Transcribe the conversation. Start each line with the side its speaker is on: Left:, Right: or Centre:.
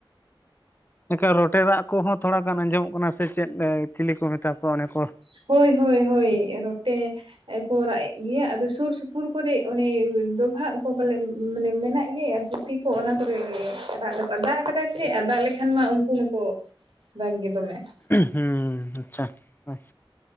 Left: ᱮᱸᱠᱷᱟ ᱨᱚᱴᱮ ᱨᱟᱜ ᱠᱚᱦᱚᱸ ᱛᱷᱚᱲᱟ ᱜᱟᱱ ᱟᱸᱡᱚᱢᱚᱜ ᱠᱟᱱᱟ ᱥᱮ ᱪᱮᱫ ᱪᱤᱞᱤ ᱠᱚ ᱢᱮᱛᱟ ᱠᱚᱣᱟ? ᱚᱱᱮ ᱠᱚ-
Right: -ᱦᱳᱭ ᱦᱳᱭ ᱦᱳᱭ, ᱨᱚᱴᱮ ᱠᱚ ᱨᱟᱜ ᱮᱜ ᱜᱮᱭᱟ, ᱟᱫᱚ ᱥᱩᱨ ᱥᱩᱯᱩᱨ ᱠᱚᱨᱮ- -ᱚᱱᱤ ᱰᱚᱵᱷᱟᱜ ᱠᱚ ᱯᱟᱞᱮ <inaudible> ᱢᱟᱱᱮ ᱢᱮᱱᱟᱜ ᱜᱮ ᱟᱨ ᱫᱷᱩᱛᱤ ᱠᱚ ᱚᱱᱟ ᱠᱚᱨᱮ ᱜᱮ ᱨᱟᱜ ᱫᱟᱠᱚ <inaudible> <inaudible> ᱟ ᱫᱟᱜ ᱟᱠᱟᱫᱟᱭ ᱥᱮ ᱟ ᱫᱟᱜ ᱞᱮᱠᱷᱟᱱ ᱢᱟ ᱩᱱᱠᱩ ᱢᱟᱠᱚ ᱫᱟᱜ ᱜᱮ ᱫᱚᱢᱮ <inaudible>
Left: ᱦᱩᱸ ᱟᱪᱪᱷᱟ ᱟᱪ